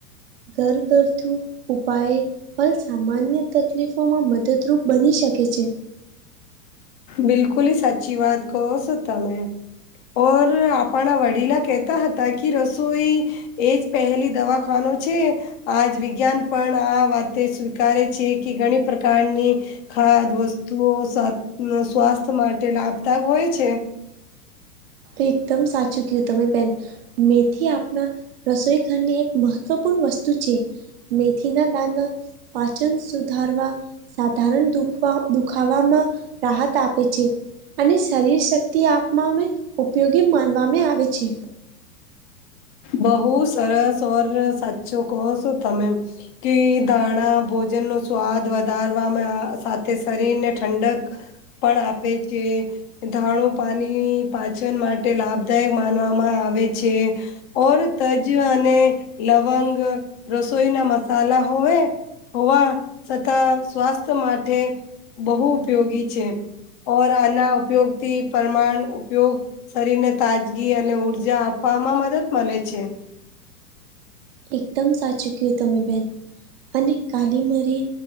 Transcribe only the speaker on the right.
ઘર ઘથુ ઉપાય ફલ સામાન્ય તકલીફોમાં મદદરૂપ બની શકે છે
એકદમ સાચું કયું તમે બેન મેથી આપણા રસોઈ ઘરની એક મહત્વપૂર્ણ વસ્તુ છે મેથીના નાના પાચન સુધારવા સાધારણ દુખવા દુખાવામાં રાહત આપે છે અને શરીર શક્તિ આપમા ઉપયોગી માનવામાં આવે છે
એકદમ સાચું કયુ તમે બેન અને કાલી મરી